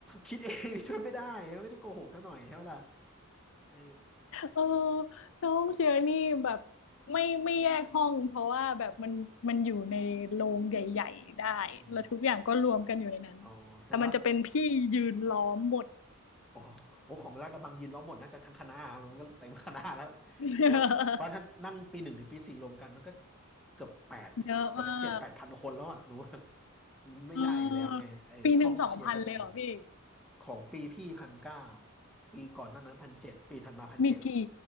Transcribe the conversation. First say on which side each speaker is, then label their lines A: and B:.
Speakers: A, in the centre; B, on the left.
A: คิดเอง <laughs> นี่ช่วยไม่ได้ไม่ได้โกหกซะหน่อยใช่ไหมล่ะเออ
B: เออน้องเชียร์นี่แบบไม่ไม่แยกห้องเพราะว่าแบบมันมันอยู่ในโรงใหญ่ๆได้แล้วทุกอย่างก็รวมกันอยู่ในนั้นแต่มันจะเป็นพี่ยืนล้อมหมด
A: อืมอ๋อแสดงว่า โอ้โหโอ้ของลาดกระบังยินล้อมหมดน่าจะทั้งคณะมันก็เต็มคณะแล้ว
B: <laughs>
A: เพราะเพราะถ้านั่งปีหนึ่งถึงปีสี่รวมกันมันก็เกือบแปดเกือบเจ็ดแปดพันคนแล้วอ่ะหนูว่า
B: เยอะมาก
A: มันไม่ได้อยู่แล้วไงเออห้องเชียร์ก็เต็ม
B: เออปีหนึ่งสองพันเลยเหรอพี่
A: ของปีพี่พันเก้าปีก่อนหน้านั้นพันเจ็ดปีถัดมาพันเจ็ด
B: มีกี่